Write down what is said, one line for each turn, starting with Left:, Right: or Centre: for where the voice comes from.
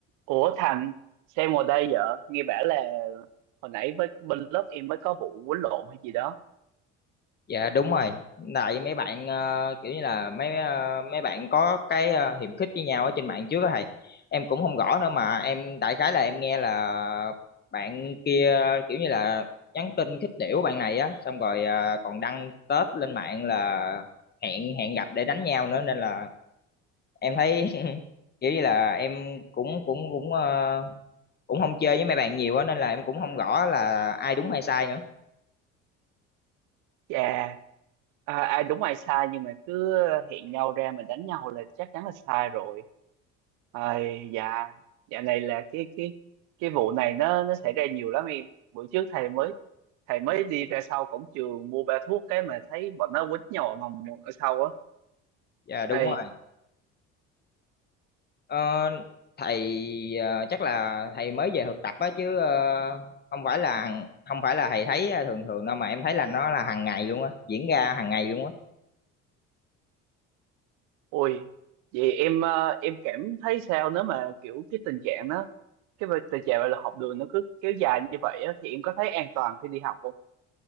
Right: Ủa Thành, xem ngồi đây vợ, nghe bảo là hồi nãy với bên lớp em mới có vụ quýnh lộn hay gì đó.
Left: Dạ đúng rồi. Tại mấy bạn ờ, kiểu như là mấy ờ, mấy bạn có cái ờ, hiềm khích với nhau ở trên mạng trước đó thầy. Em cũng không rõ nữa mà em đại khái là em nghe là bạn kia kiểu như là nhắn tin khích đểu bạn này á, xong rồi ờ, còn đăng tết lên mạng là hẹn hẹn gặp để đánh nhau nữa nên là em thấy <laughs> kiểu như là em cũng cũng cũng ờ, cũng không chơi với mấy bạn nhiều á nên là em cũng không rõ là ai đúng hay sai nữa.
Right: Chà, à, ai đúng ai sai nhưng mà cứ hẹn nhau ra mà đánh nhau là chắc chắn là sai rồi. Ai dạ, dạo này là cái cái cái vụ này nó nó xảy ra nhiều lắm em. Bữa trước thầy mới thầy mới đi ra sau cổng trường mua ba thuốc cái mà thấy bọn nó quýnh nhau ở mòng ở sau
Left: Dạ đúng
Right: á.
Left: rồi. Ờ, thầy ờ, chắc là thầy mới về thực tập á chứ ờ, không phải là không phải là thầy thấy ờ, thường thường đâu mà em thấy là nó là hàng ngày luôn á diễn ra hàng ngày luôn á
Right: Ôi, vậy em ờ, em cảm thấy sao nếu mà kiểu cái tình trạng đó, cái việc- tình trạng là học đường nó cứ kéo dài như vậy á, thì em có thấy an toàn khi đi học không?